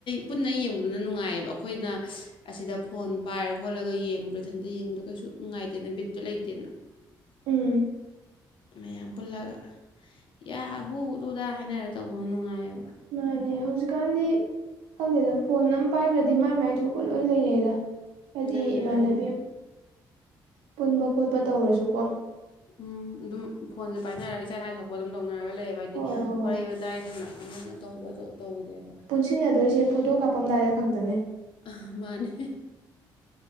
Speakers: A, on the left; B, on the right.
A: ꯄꯨꯟꯅ ꯌꯦꯡꯕꯗꯨꯅ ꯅꯨꯡꯉꯥꯏꯌꯦꯕ ꯑꯩꯈꯣꯏꯅ ꯑꯁꯤꯗ ꯐꯣꯟ ꯄꯥꯏꯔ ꯈꯣꯠꯂꯒ ꯌꯦꯡꯕꯗꯣ ꯏꯊꯟꯇ ꯌꯦꯡꯕꯗ ꯀꯩꯁꯨ ꯅꯨꯡꯉꯥꯏꯇꯦꯅ ꯕꯤꯠꯇꯨ ꯂꯩꯇꯦꯅ
B: ꯎꯝ
A: ꯃꯌꯥꯝ ꯄꯨꯜꯂꯒ ꯌꯥ ꯍꯨꯗꯨꯗ ꯍꯥꯏꯅꯔ ꯇꯧꯕꯅꯣ ꯅꯨꯡꯉꯥꯏꯌꯦꯕ
B: ꯃꯥꯅꯦ ꯍꯧꯖꯤꯛꯀꯥꯟꯗꯤ ꯈꯪꯗꯦꯗ ꯐꯣꯟ ꯑꯃ ꯄꯥꯏꯈ꯭ꯔꯗꯤ ꯃꯥꯏ ꯃꯥꯏ ꯊꯣꯛꯄ ꯂꯣꯏ ꯂꯩꯅꯩꯑꯗ ꯍꯥꯏꯗꯤ
A: ꯂꯩꯅꯔꯦ
B: ꯏꯃꯥꯟꯅꯕꯤ ꯄꯨꯟꯕ ꯈꯣꯠꯄ ꯇꯧꯔꯁꯨꯀꯣ
A: ꯎꯝ ꯑꯗꯨꯝ ꯐꯣꯟꯁꯦ ꯄꯥꯏꯅꯔꯒ ꯏꯁꯥ ꯏꯁꯥꯊ ꯊꯣꯛꯄ ꯑꯗꯨꯝ ꯇꯧꯅꯔꯒ ꯂꯩꯌꯦꯕ ꯍꯥꯏꯗꯤ
B: ꯍꯣꯏ ꯍꯣꯏ
A: ꯋꯥꯔꯤ ꯋꯥꯇꯥꯏ ꯍꯂꯛ ꯑꯃꯅ ꯇꯧꯕꯗꯣ ꯇꯧꯗꯦꯕ
B: ꯄꯨꯟꯁꯤꯟꯅꯗꯣꯏꯁꯦ ꯐꯣꯇꯣ ꯀꯥꯞꯄꯝꯗꯥꯏꯗ ꯈꯛꯇꯅꯦ
A: ꯑ ꯃꯥꯅꯦ